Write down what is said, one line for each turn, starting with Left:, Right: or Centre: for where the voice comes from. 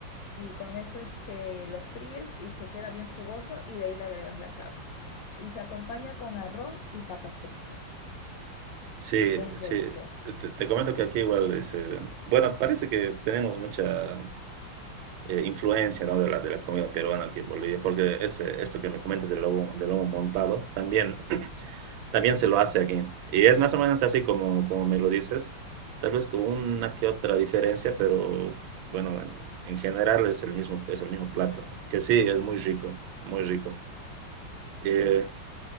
Left: Y con eso este, lo fríes y se queda bien jugoso, y de ahí le agregas la carne. Y se acompaña con arroz y papas fritas.
Right: Sí,
Left: Es
Right: sí.
Left: delicioso.
Right: Te, te comento que aquí igual es, eh, bueno, parece que tenemos mucha eh, influencia, ¿no? de la, de la comida peruana aquí en Bolivia, porque ese, esto que me comentas del lobo, del lobo montado, también, también se lo hace aquí. Y es más o menos así como, como me lo dices, tal vez con una que otra diferencia, pero bueno, en, en general es el mismo, es el mismo plato, ¿no? Que sí, es muy rico, muy rico. Eh,